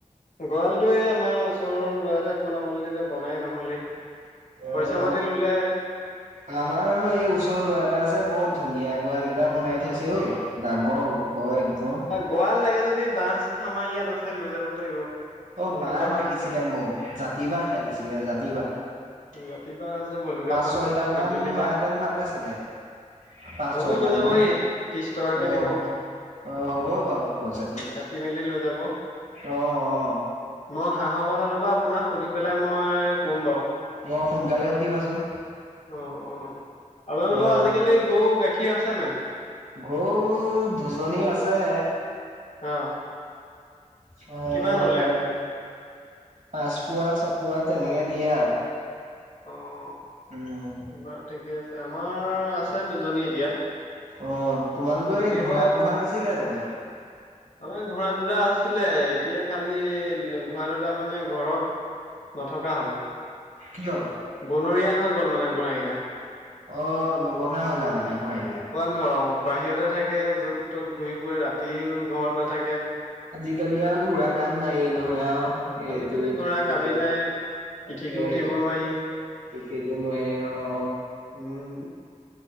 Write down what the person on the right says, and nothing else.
অ',
আমাৰ এই ওচৰৰ লৰা এটা আছে বৰত ধুনীয়া গৰাল এটা বনাই থৈছেও ডাঙৰ। অ একবম। <unintelligible>
অ
বাঁহ লাগিছিলে
মোক, জাতি বাঁহ লাগিছিলে, জাতি বাহঁ।
পাঁচ-ছয়ডাল
মান হোৱাহেতেন
ভাল আছিলে। পাঁচ-ছয়ডাল
মান
অ,
অ হ'ব বাৰু পইচাটো।
অঁ অঁ।
অ সোনকালে সুধিবাচোন।
অ
গৰু দুজনী আছে।
ছয়
এ পাঁচ পোৱা ছপোৱা তেনেকে দিয়ে আৰু।
উম
অ তোমালোকৰ
এই ঘোৰা পোহা নাছিলা জানো?
কিয়?
অ নমনা হ'ল আও মানে ঘোৰাগিটা।
আজিকালি আৰু ঘোৰা কাম নায়েই নহয় আও। এইটো
যুগত,
তাকেহে।
দেখিছ নোৱাৰি আও।